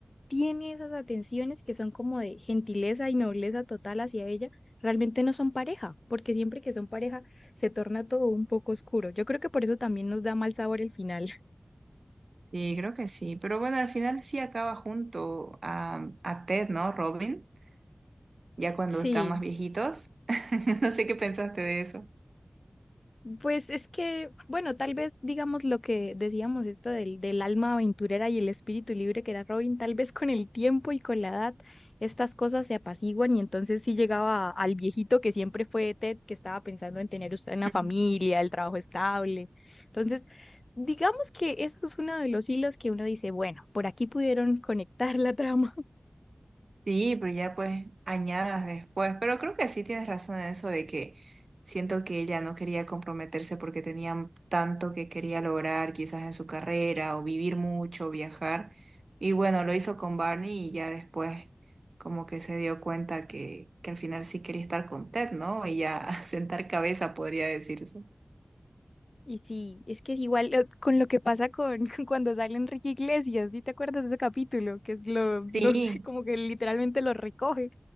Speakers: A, on the left; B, on the right.
A: tiene esas atenciones que son como de gentileza y nobleza total hacia ella, realmente no son pareja, porque siempre que son pareja se torna todo un poco oscuro. Yo creo que por eso también nos da mal sabor el final. <laughs>
B: Sí, creo que sí. Pero bueno, al final sí acaba junto a, a Ted, ¿no? Robin, ya cuando
A: Sí,
B: están más viejitos. <laughs> No sé qué pensaste de eso.
A: Pues es que, bueno, tal vez digamos lo que decíamos esto del, del alma aventurera y el espíritu libre que era Robin, tal vez con el tiempo y con la edad estas cosas se apaciguan y entonces sí llegaba al viejito que siempre fue Ted, que estaba pensando en tener usted una
B: <laughs>
A: familia, el trabajo estable. Entonces, digamos que ese es uno de los hilos que uno dice, bueno, por aquí pudieron conectar la trama.
B: Sí, pero ya pues añadas después. Pero creo que sí tienes razón en eso de que siento que ella no quería comprometerse porque tenía tanto que quería lograr quizás en su carrera o vivir mucho, viajar. Y bueno, lo hizo con Barney y ya después como que se dio cuenta que, que al final sí quería estar con Ted, ¿no? Y ya <laughs> sentar cabeza podría decirse.
A: Y sí, es que es igual lo- con lo que pasa con <laughs> cuando sale Enrique Iglesias, ¿sí te acuerdas de ese capítulo? Que es lo, no
B: Sí,
A: sé, <laughs> como que literalmente lo recoge